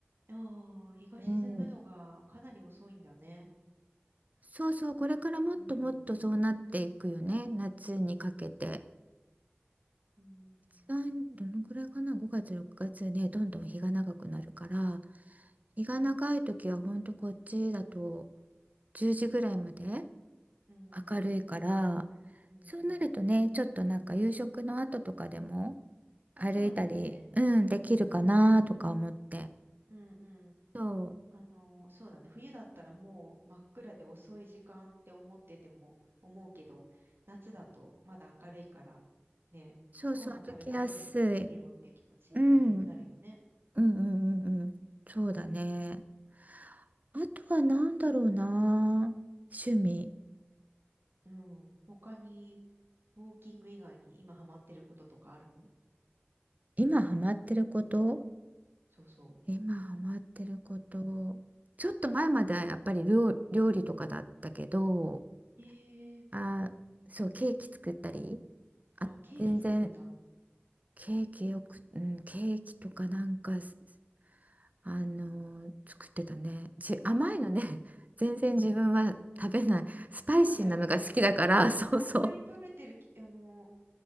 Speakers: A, on the right (about 65°); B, on the right (about 40°).
A: ああ、日が沈むのがかなり遅いんだね。
B: うん。そうそう、これからもっともっとそうなっていくよね。
A: うん、
B: 夏にかけて。
A: うん、
B: 一番どのくらいかな5月6月ねどんどん日が長くなるから日が長い時はほんとこっちだと10時ぐらいまで
A: うん、
B: 明るいから
A: うん、
B: そうなるとねちょっとなんか夕食の後とかでも
A: うん。
B: 歩いたりうんできるかなとか思って
A: そうだね。うん、うん、うん。
B: そう
A: あの、そうだね。冬だったらもう真っ暗で遅い時間って思ってても、思うけど、夏だとまだ明るいから、ね、
B: そうそう歩きやすい、
A: ご飯食べた後でも出かけようっていう気持ちになれ、
B: うん、うん
A: なるよね。
B: うんうんうんそうだね
A: うん
B: あとは何だろうな趣味
A: うん。他に、ウォーキング以外に今ハマってることとかあるの
B: 今ハマってること
A: そうそ
B: 今ハマってること。ちょっと前まではやっぱり料、料理とかだったけど、
A: う。ええ
B: あ、そう、ケーキ作ったり、あ、
A: あ、ケーキ作るんだ。
B: 全然ケーキよく、うん、ケーキとかなんかす、あのー作ってたね。じ、甘いのね、<laughs> 全然自分は食べない。
A: うん。
B: スパイシーなのが好きだから、
A: そうだよね。あ、
B: <laughs> そうそう。
A: あんまり食べてるき、あの、